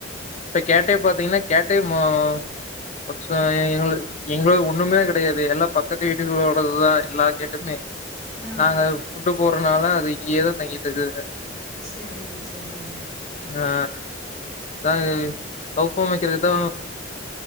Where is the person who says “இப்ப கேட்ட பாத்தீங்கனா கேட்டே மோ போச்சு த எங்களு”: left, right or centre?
Left